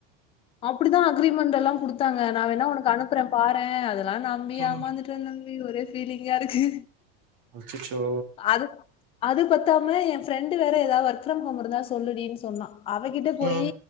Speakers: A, on the left; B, on the right.
A: அப்டிதான் அக்ரிமெண்ட் எல்லாம் குடுத்தாங்க நான் வேணா உனக்கு அனுப்புற பாறேன் அதல்லாம் நம்பி
B: ம்
A: ஏமாந்துட்ட தம்பி ஒரே ஃபீலிங்கா இருக்கு
B: அச்சசோ
A: அது அது பத்தாம என் ஃரெண்டு வேற ஏதாவ ஒர்க் ஃப்ரம் ஹோம்ருந்தா சொல்லுடின் சொன்னா அவகிட்ட போயி
B: ம்